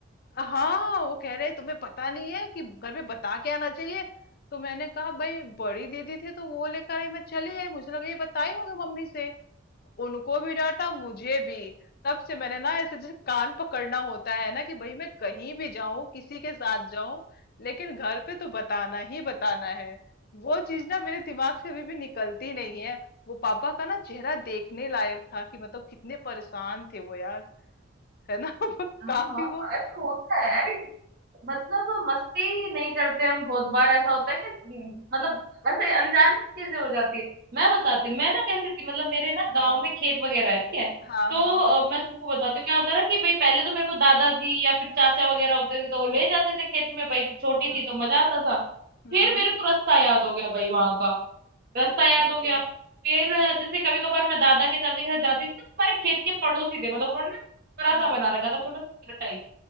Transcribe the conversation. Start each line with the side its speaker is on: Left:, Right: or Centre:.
Left: हाँ वो कह रहे तुम्हें पता नहीं है कि घर में बता के आना चाहिए तो मैंने कहा भाई बड़ी दीदी थी तो वो लेकर आई मैं चली आई मुझे लगा ये बताई होगी मम्मी से उनको भी डांटा मुझे भी तब से मैंने ना ऐसे जैसे कान पकड़ना होता है ना कि भाई मैं कहीं भी जाऊं किसी के साथ जाऊं लेकिन घर पे तो बताना ही बताना है वो चीज ना मेरे दिमाग से अभी भी निकलती नहीं है वो पापा का ना चेहरा देखने लायक था कि मतलब कितने परेशान थे वो यार है ना <laughs> काफी
Right: हाँ हाँ
Left: वो
Right: अरे होता है अरे मतलब मस्ती नहीं करते हम बहुत बार ऐसा होता है कि हम्म, मतलब ऐसे अनजाने से चीजें हो जाती है मैं बताती हूँ मैं ना कैसी थी मतलब मेरे ना गांव
Left: हाँ
Right: में खेत वगैरह है ठीक है
Left: हाँ
Right: तो
Left: हाँ
Right: अ, मैं तुमको बताती हूँ क्या होता था कि भाई पहले तो मेरे को दादाजी या फिर चाचा वगैरह होते थे तो वो ले जाते थे खेत में भाई छोटी
Left: हम्म
Right: थी तो मजा आता था
Left: हम्म
Right: फिर मेरे को रास्ता याद हो गया भाई वहां का रास्ता याद
Left: अच्छा
Right: हो गया फिर जैसे कभी कभार मैं दादा के चाचा के साथ जाती थी तो हमारे खेत के पड़ोसी थे मतलब उन्होंने ना थोड़ा
Left: हाँ
Right: सा बना रखा था छोटा सा घर टाइप